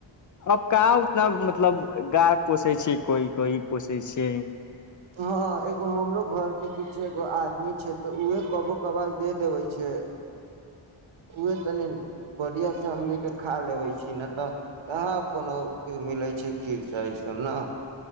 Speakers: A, on the left (about 40°); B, on the right (about 75°).
A: अब कहाँ उतना मतलब गाय पोसै छै कोइ कोइ पोसै छै
B: हँ एगो हमरो घरके पीछे एगो आदमी छै तऽ उहे कबो कबाल दे देबै छै उहे तनि बढ़िआँ से हमनि के खा लेबै छी नहि तऽ कहा कोनो मिलैत छै खीरसा ई सभ ने